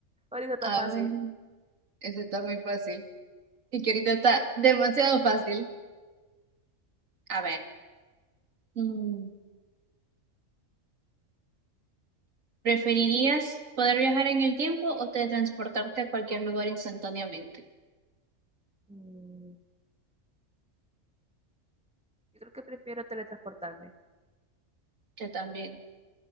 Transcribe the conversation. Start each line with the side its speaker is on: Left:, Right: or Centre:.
Centre: Por eso está
Right: A
Centre: fácil.
Right: ver, eso está muy fácil. Y que ahorita está demasiado fácil. A ver, mm, ¿preferirías poder viajar en el tiempo o teletransportarte a cualquier lugar instantáneamente?
Centre: Mm, yo creo que prefiero teletransportarme.
Right: Yo también,